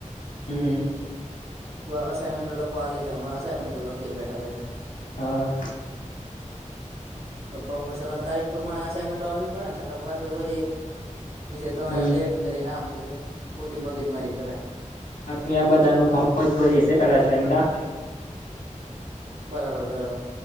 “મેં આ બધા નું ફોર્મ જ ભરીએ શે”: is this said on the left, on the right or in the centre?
Left